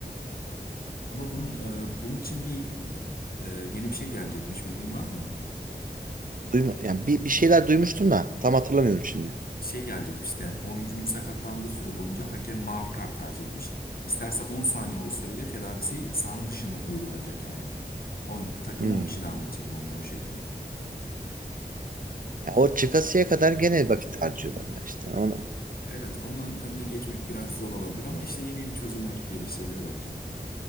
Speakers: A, on the left; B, on the right.
A: Ama bunun, e, bunun için bir e, yeni bir şey gelecekmiş bilgin var mı?
B: Duyma, yani bir, bir şeyler duymuştum da tam hatırlamıyorum şimdi.
A: Şey gelecekmiş de oyuncunun sakatlandığı süre boyunca hakem mavi kart verecekmiş. İsterse 10 saniye olsa bile tedavisi sahanın dışında uygulanacak yani. Oy- takım
B: Hmm.
A: 10 kişi devam edecek oyuna o şekilde.
B: Ya o çıkasıya kadar gene vakit harcıyorlar ya işte. Onu,
A: Evet onun önüne geçmek biraz zor olabilir ama işte yeni yeni çözümler geliştiriliyor bence.